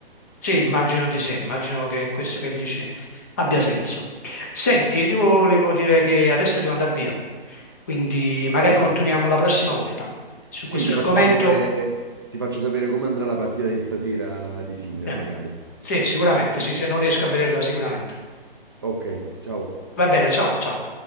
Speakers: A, on the left; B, on the right.
A: sì, immagino di sì, immagino che questo che dici abbia senso. Senti, io ti volevo dire che adesso devo andare via, quindi magari
B: Dai.
A: continuiamo la prossima volta su
B: Sì,
A: questo
B: ti
A: argomento
B: faccio sapere, ti faccio sapere come andrà la partita di stasera di Sinner,
A: Eh,
B: magari.
A: Sì, sicuramente, sì, se non riesco a vederla sicuramente.
B: Ok, ciao.
A: Va bene, ciao, ciao.